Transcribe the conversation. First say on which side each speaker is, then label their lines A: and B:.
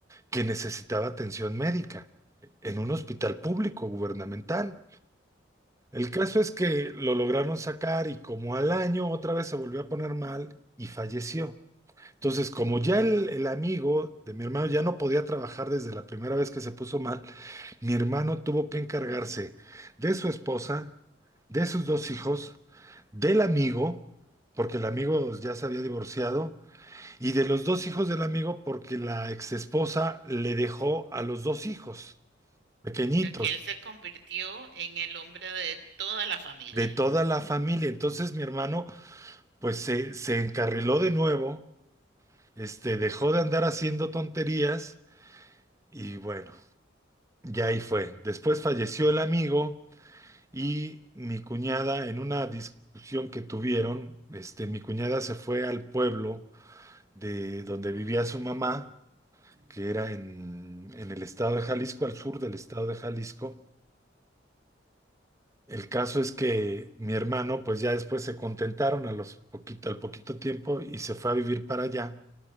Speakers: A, on the right; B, on the right.
A: que necesitaba atención médica en
B: ujú.
A: un hospital público gubernamental. El caso es que lo lograron sacar y como al año otra vez se volvió a poner mal y falleció. Entonces, como ya el, el amigo de mi hermano ya no podía trabajar desde la primera vez que se puso mal, mi hermano tuvo que encargarse de su esposa, de sus dos hijos, del amigo, porque el amigo ya se había divorciado, y de los dos hijos del amigo, porque la exesposa le dejó a los dos hijos pequeñitos,
B: O sea que él se convirtió en el hombre de toda la familia.
A: de toda la familia. Entonces mi hermano, pues se, se encarriló de nuevo, este, dejó de andar haciendo tonterías, y bueno, Y ahí fue. Después falleció el amigo y mi cuñada, en una discusión que tuvieron, este, mi cuñada se fue al pueblo de donde vivía su mamá,
B: Ujú,
A: que era en, en el estado de Jalisco, al sur del estado de Jalisco. El caso es que mi hermano, pues ya después se contentaron a los poquito, al poquito tiempo y se fue a vivir para allá